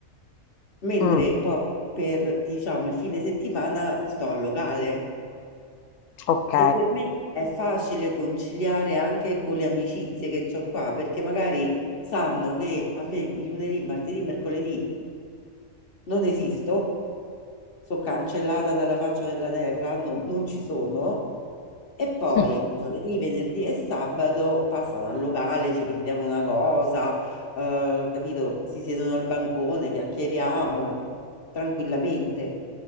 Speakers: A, on the left (about 45°); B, on the left (about 70°).
A: Mentre
B: Mm,
A: poi per, diciamo, il fine settimana sto al locale
B: Ok.
A: e per me è facile conciliare anche con le amicizie che ho qua, perché magari sanno che a me il lunedì, martedì, mercoledì non esisto, sono cancellata dalla faccia della terra, non, non ci sono. E poi
B: Mm.
A: Già. giovedì, venerdì e sabato passano al locale, ci prendiamo una cosa, eh, capito? Si siedono al bancone, chiacchieriamo tranquillamente,